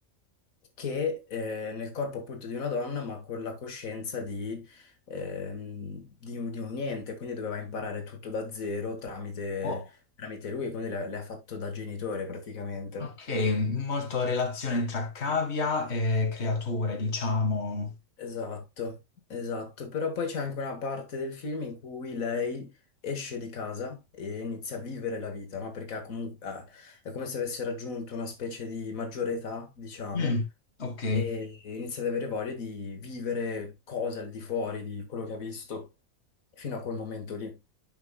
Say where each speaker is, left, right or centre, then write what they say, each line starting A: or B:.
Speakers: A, on the left (about 85°); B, on the left (about 50°).
A: che eh, nel corpo appunto di una donna, ma con la coscienza di, ehm, di un, di un niente, quindi doveva imparare tutto da zero tramite,
B: Oh,
A: tramite lui, quindi le, le ha fatto da genitore praticamente.
B: ok, molto relazione tra cavia e creature, diciamo.
A: Esatto, esatto, però poi c'è anche una parte del film in cui lei esce di casa e inizia a vivere la vita, no? Perché ha comunque, ha- è come se avesse raggiunto una specie di maggiore età, diciamo,
B: Mm, ok.
A: e inizia ad avere voglia di vivere cose al di fuori di quello che ha visto fino a quel momento lì.